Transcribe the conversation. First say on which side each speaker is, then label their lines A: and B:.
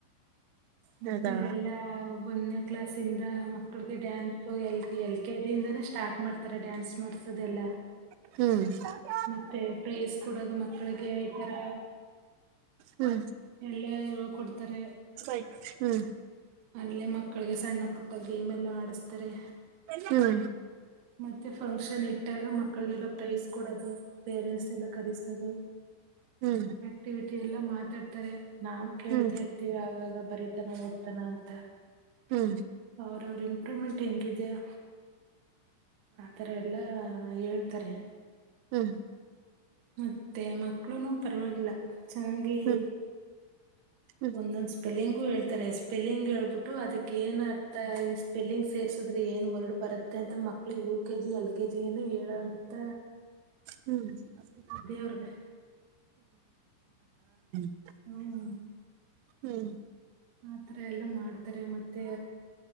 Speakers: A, on the right; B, on the right.
A: ಮತ್ತೆ
B: ಹೌದಾ
A: ಅಲ್ಲೆಲ್ಲಾ ಒನ್ನೆ ಕ್ಲಾಸಿಂದ ಮಕ್ಕಳಿಗೆ ಡ್ಯಾನ್ಸು ಎ ಎಲ್-ಕೆ-ಜಿ ಇಂದಾನೆ ಸ್ಟಾರ್ಟ್ ಮಾಡ್ತಾರೆ ಡ್ಯಾನ್ಸ್ ಮಾಡ್ಸೋದೆಲ್ಲ.
B: ಹ್ಮು
A: ಮತ್ತೆ ಪ್ರೈಸ್ ಕೊಡದು ಮಕ್ಕಳಿಗೆ ಈ ತರ
B: ಹ್ಮು
A: ಎಲ್ಲ ಹೇಳ್ಕೊಡ್ತಾರೆ.
B: ಬೈಕ್ ಹ್ಮು.
A: ಅಲ್ಲೇ ಮಕ್ಕಳಿಗೆ ಸಣ್ಣ ಪುಟ್ಟ ಗೇಮ್ ಎಲ್ಲ ಆಡಸ್ತಾರೆ.
B: ಹ್ಮು
A: ಮತ್ತೆ ಫಂಕ್ಷನ್ ಇಟ್ಟಾಗ ಮಕ್ಕಳಿಗೆಲ್ಲ ಪ್ರೈಸ್ ಕೊಡೋದು ಪೇರೆಂಟ್ಸ್ ಎಲ್ಲ ಕರಿಸೋದು.
B: ಹ್ಮು
A: ಆಕ್ಟಿವಿಟಿ ಎಲ್ಲ ಮಾತಾಡ್ತಾರೆ ನಾವು ಕೇಳ್ತಾ
B: ಹ್ಮ್
A: ಇರ್ತೀವಿ ಆಗಾಗ ಬರಿತಾನ ಓದ್ತಾನ ಅಂತ.
B: ಹ್ಮು
A: ಅವ್ರ ಅವ್ರ್ ಇಂಪ್ರೂವ್ಮೆಂಟ್ ಹೆಂಗಿದಿಯೊ ಆತರ ಎಲ್ಲಾ ಹೇಳ್ತಾರೆ.
B: ಹ್ಮು
A: ಮತ್ತೆ ಮಕ್ಕಳುನು ಪರವಾಗಿಲ್ಲ ಚೆನ್ನಾಗಿ
B: ಹ್ಮ್ ಹ್ಮ್
A: ಒಂದೊಂದ ಸ್ಪೆಲ್ಲಿಂಗು ಹೇಳ್ತಾರೆ. ಸ್ಪೆಲ್ಲಿಂಗ್ ಹೇಳ್ಬಿಟ್ಟು ಅದಕ್ಕ ಏನ್ ಅರ್ಥ ಈ ಸ್ಪೆಲ್ಲಿಂಗ್ ಸೇರ್ಸಿದ್ರೆ ಏನ್ ವರ್ಡ್ ಬರುತ್ತೆ ಅಂತ ಮ ಯು-ಕೆ-ಜಿ, ಎಲ್-ಕೆ-ಜಿ ಏನು ಹೇಳ ಅಂತ
B: ಹ್ಮು ಹ್ಮು
A: ಅವ್ರಗೆ
B: <unintelligible>
A: ಹ್ಮು ಹ್ಮು.
B: ಹ್ಮು
A: ಆತರ ಎಲ್ಲಾ ಮಾಡ್ ತ್ತಾರೆ ಮತ್ತೆ